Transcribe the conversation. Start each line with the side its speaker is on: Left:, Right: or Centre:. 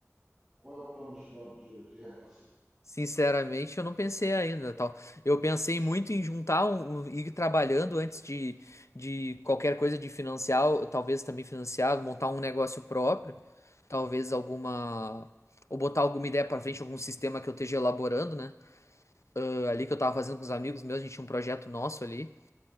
Right: Qual é o plano de plano de, de renda passiva?
Left: Sinceramente, eu não pensei ainda, tal. Eu pensei muito em juntar um, um- ir trabalhando antes de, de qualquer coisa de financiar, ou talvez também financiar, montar um negócio próprio. talvez alguma. Ou botar alguma ideia pra frente, algum sistema que eu esteja elaborando, né? Ah, Ali que eu tava fazendo com os amigos meus, a gente tinha um projeto nosso ali.